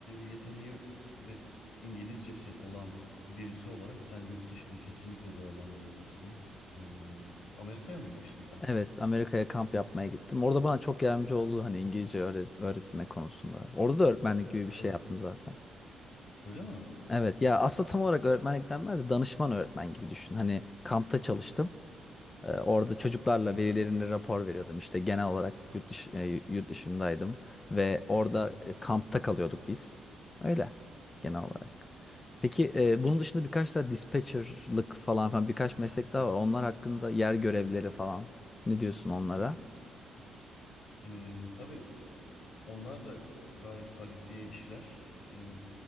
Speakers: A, on the left; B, on the left.
A: yeteneği ve İngilizcesi olan birisi olarak sen yurt dışını kesinlikle değerlendirebilirsin. E, Amerika'ya mı gitmiştin sen?
B: Evet, Amerika'ya kamp yapmaya gittim. Orada bana çok yardımcı oldu hani İngilizce öğre- öğretme konusunda. Orada da öğretmenlik gibi bir şey
A: Tabii.
B: yaptım zaten.
A: Öyle mi?
B: Evet ya aslında tam olarak öğretmenlik denmez de danışman öğretmen gibi düşün. Hani kampta çalıştım. Ee, orada çocuklarla
A: Hı hı,
B: velilerine rapor veriyordum. İşte genel olarak yurt dışı, e, yurt dışındaydım ve orada
A: hı hı,
B: e, kampta kalıyorduk biz. Öyle genel olarak. Peki e, bunun dışında birkaç daha dispatcher'lık falan falan birkaç meslek daha
A: hı hı,
B: var. Onlar hakkında yer görevleri falan. Ne diyorsun onlara?
A: hı hı. E, tabii onlar da gayet kalifiye işler. E,